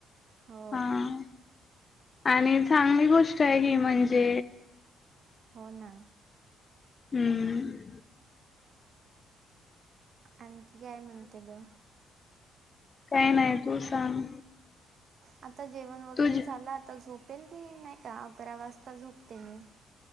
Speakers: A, on the right; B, on the left.
A: हो
B: हां. आणि चांगली गोष्ट आहे ही म्हणजे
A: हो ना.
B: हम्म.
A: आणखी काय म्हणते ग
B: काय नाही तू सांग.
A: आता जेवण वगैरे
B: तुझ
A: झालं आता झोपेल मी नाही का अकरा वाजता झोपते मी